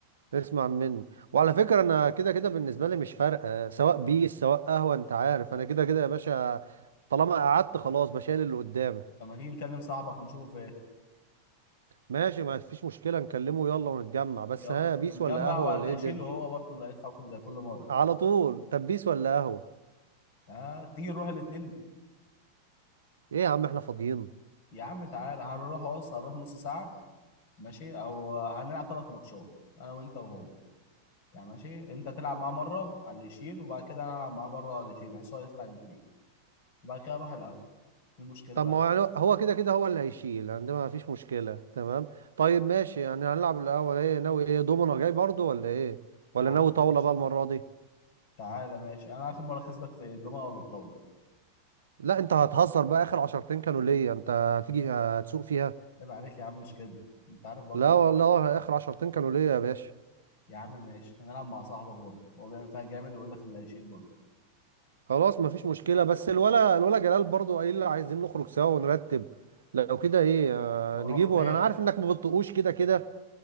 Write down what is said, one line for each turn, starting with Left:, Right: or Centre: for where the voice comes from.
Right: اسمع منه وعلى فكرة انا كده كده بالنسبة لي مش فارقة سواء بيس سواء قهوة انت عارف انا كده كده يا باشا طالما قعدت خلاص بشيل اللي قدامي
Left: فما تيجي نكلم صاحبك نشوفه فين
Right: ماشي ما فيش مشكلة نكلمه يلا ونتجمع بس
Left: يلا
Right: ها بيس
Left: نتجمع
Right: ولا قهوة
Left: وعلى
Right: ولا ايه
Left: يشيله
Right: الدنيا
Left: هو برضه اللي هيدفع كل زي كل مره
Right: على طول طب بيس ولا قهوة
Left: آه تيجي نروح الاثنين
Right: ايه يا عم احنا فاضيين
Left: يا عم تعالى هنروح بص هنروح نص ساعه ماشي او هنلعب ثلاث ماتشات انا وانت وهو يعني ماشي انت تلعب معاه مره على اللي يشيل وبعد كده انا العب معاه مره على اللي يشيل بحيث هو يدفع الاثنين وبعد كده اروح القهوه ايه المشكله
Right: طب
Left: بقى
Right: ما هو يعني هو كده كده هو اللي هيشيل عندنا ما فيش مشكلة تمام طيب ماشي يعني هنلعب القهوة ايه ناوي ايه دومنا جاي برضو ولا ايه ولا
Left: يا عم
Right: ناوي طاولة
Left: ماشي
Right: بقى المرة دي
Left: تعالى ماشي انا اخر مره كسبك في الدومنه ولا الطاوله
Right: لا انت هتهزر بقى اخر عشرتين كانوا ليا انت هتيجي هتسوق فيها
Left: عيب عليك يا عم مش كده انت عارف برضه
Right: لا والله اخر عشرتين كانوا ليا يا باشا
Left: يا عم ماشي هنلعب مع صاحبك برضه هو بيعمل فيها جامد ويقول لك اللي هيشيل برضه
Right: خلاص مفيش مشكله بس الولا الولا جلال برضو قايل لي عايزين نخرج سوا ونرتب لو كده ايه آه
Left: هنروح
Right: نجيبه
Left: فين
Right: وانا أنا عارف انك ما بتطقوش كده كده